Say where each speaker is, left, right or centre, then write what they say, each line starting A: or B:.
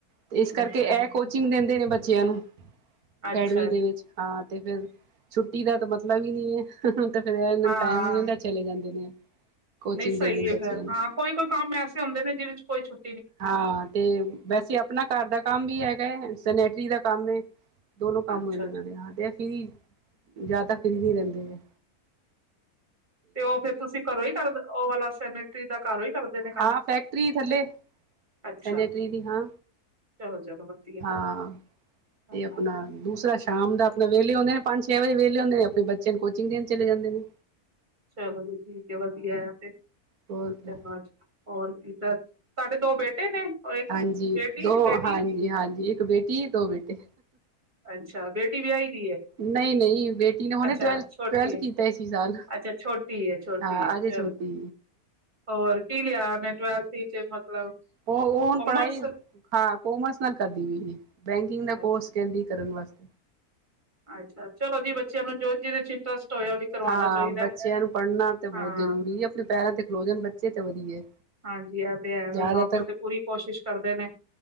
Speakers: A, on the right (about 75°); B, on the right (about 30°).
A: ਤੇ ਇਸ ਕਰਕੇ
B: ਅੱਛਾ
A: ਇਹ
B: ਜੀ,
A: ਕੋਚਿੰਗ ਦਿੰਦੇ ਨੇ ਬੱਚੇ ਬੱਚਿਆਂ ਨੂੰ ਅਕੈਡਮੀ
B: ਅੱਛਾ
A: ਦੇ
B: ਜੀ,
A: ਵਿੱਚ ਹਾਂ ਤੇ ਫਿਰ ਛੁੱਟੀ ਦਾ ਤਾਂ ਮਤਲਬ ਵੀ ਨਹੀਂ ਹੈ ਫਿਰ ਇਹਨਾ
B: ਹਾਂ।
A: ਨੂੰ ਟਾਈਮ ਨੀ ਹੁੰਦਾ ਚਲੇ ਜਾਂਦੇ ਨੇ ਕੋਚਿੰਗ
B: ਨਹੀਂ ਸਹੀ
A: ਦੇਣੀ
B: ਹੈ
A: ਬੱਚਿਆਂ
B: ਫੇਰ
A: ਨੂੰ
B: ਹਾਂ ਕੋਈ ਕੋਈ ਕੰਮ ਐਸੇ ਹੁੰਦੇ ਨੇ ਜਿਹ ਕੋਈ ਛੂਟ
A: ਹਾਂ ਤੇ ਵੈਸੇ ਆਪਣਾ ਘਰ ਦਾ ਕੰਮ ਵੀ ਹੈ ਸੈਨੇਟਰੀ ਦਾ ਕੰਮ ਦੋਨੋ ਕੰਮ
B: ਅੱਛਾ
A: ਹੋ ਜਾਦੇ
B: ਜੀ,
A: ਨੇ ਏਹ ਫਰੀ ਜ਼ਿਆਦਾ ਬਿਜੀ ਰਹਿੰਦੇ ਨੇ
B: ਤੇ ਉਹ ਫੇਰ ਤੁਸੀਂ ਘਰੋਂ ਹੀ ਕਰਦੇ ਉਹ ਵਾਲਾ ਸੈਨੇਟਰੀ ਦਾ ਘਰੋਂ ਹੀ ਕਰਦੇ ਨੇ ਕੰਮ
A: ਹਾਂ ਫੈਕਟਰੀ ਥੱਲੇ
B: ਅੱਛਾ
A: ਸੈਨੇਟਰੀ ਦੀ ਹਾਂ
B: ਚਲੋ-ਚਲੋ ਵਧੀਆ
A: ਹਾਂ
B: ਹਾਂ
A: ਤੇ ਆਪਣਾ ਦੂਸ ਥੋੜਾ ਸ਼ਾਮ ਦਾ ਆਪਣਾ ਵਿਹਲੇ ਹੁੰਦੇ ਨੇ ਪੰਜ ਛੇ ਵਜੇ ਵਿਹਲੇ ਹੁੰਦੇ ਨੇ ਆਪਣੇ ਬੱਚਿਆਂ ਨੂੰ ਕੋਚਿੰਗ ਦੇਣ ਚਲੇ ਜਾਂਦੇ ਨ
B: ਚਲੋ ਜੀ ਠੀਕ ਹੈ ਵਧੀਆ ਹੈ ਤੇ ਕਰਮਾ
A: ਹੋਰ ਕੀ
B: ਚ ਹੋਰ ਠੀਕ ਏ ਤੁਹਾਡੇ ਦੋ ਬੇਟੇ ਨੇ ਔਰ ਇੱਕ
A: ਹਾਂਜੀ
B: ਬੇਟੀ
A: ਦੋ
B: ਬੇਟੀ
A: ਹਾਂਜੀ ਹਾਂਜੀ ਇੱਕ ਬੇਟੀ ਦੋ ਬੇਟੇ
B: ਅੱਛਾ ਬੇਟੀ ਵਿਆਹੀ ਦੀ ਏ
A: ਨਹੀਂ ਨਹੀਂ ਬੇਟੀ ਨੇ ਹੁਨੇ
B: ਅੱਛਾ
A: ਟਵੈਲਥ
B: ਛੋਟੀ
A: ਟਵੈਲਥ
B: ਏ
A: ਕੀਤਾ ਐਸੀ ਸਾਲ
B: ਅੱਛਾ ਛੋਟੀ ਏ ਛੋਟੀ
A: ਹਾਂ
B: ਏ
A: ਅਜੇ
B: ਚਲੋ
A: ਛੋਟੀ
B: ਹੋਰ ਕੀ ਲਿਆ ਟਵੇਲਥ ਮਤਲਬ
A: ਉਹ ਉਹ ਹੁਣ
B: ਕੋਮਰਸ
A: ਪੜ੍ਹਾਈ ਹਾਂ ਕੋਮਰਸ ਨਾਲ ਕਰਦੀ ਵੀ ਹੈ ਬੈਂਕਿੰਗ ਦਾ
B: ਅੱਛਾ
A: ਕੋਰਸ ਕਹਿੰਦੀ ਕਰਨ ਵਾਸਤੇ
B: ਅੱਛਾ ਚਲੋ ਜੀ ਬੱਚਿਆਂ ਨੂੰ ਜੋ ਜਿਹਦੇ ਇੰਟਰਸਟ ਹੋਏ ਉਹ ਵੀ ਕਰਵਾਉਣਾ
A: ਹਾਂ
B: ਚਾਹੀਦਾ
A: ਬੱਚਿਆਂ
B: ਹੈ
A: ਨੂੰ ਪੜ੍ਹਨਾ ਤਾਂ ਬਹੁਤ
B: ਹਾਂ
A: ਜ਼ਰੂਰੀ ਆਪਣੇ ਪੈਰਾਂ ਤੇ ਖਲੋ ਜਾਣੇ ਬੱਚ ਚੇ ਤਾਂ ਵਧੀਏ
B: ਹਾਂਜੀ ਇਹ ਤੇ ਹੈ
A: ਜ਼ਿਆਦਾਤਰ
B: ਮਾਂ ਪਿਓ ਤੇ ਪੂਰੀ ਕੋਸ਼ਿਸ਼ ਕਰਦੇ ਨੇ